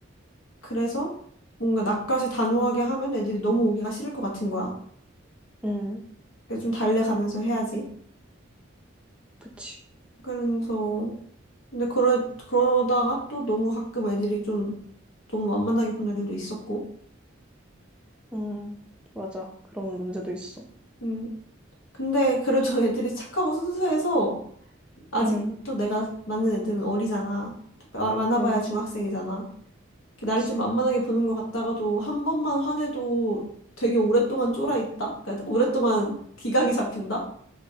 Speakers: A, on the left (about 85°); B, in the centre.
A: 그래서 뭔가 낯가시 단호하게 하면 애들이 너무 오기가 싫을 것 같은 거야.
B: 음,
A: 그래서 좀 달래가면서 해야지.
B: 그치.
A: 그래서, 근데 그러, 그러다가 또 너무 가끔 애들이 좀 너무 만만하게 본 애들도 있었고.
B: 음, 맞아. 그런 문제도 있어.
A: 음. 근데 그래도 <laughs> 애들이 착하고 순수해서 아직
B: 음,
A: 또 내가 맞는 애들은 어리잖아. 또 마- 많아봐야
B: 음,
A: 중학생이잖아. 이렇게
B: 그치.
A: 나를 좀 만만하게 보는 것 같다가도 한 번만 화내도 되게 오랫동안 쫄아 있다? 그러니까 오랫동안 기강이 잡힌다?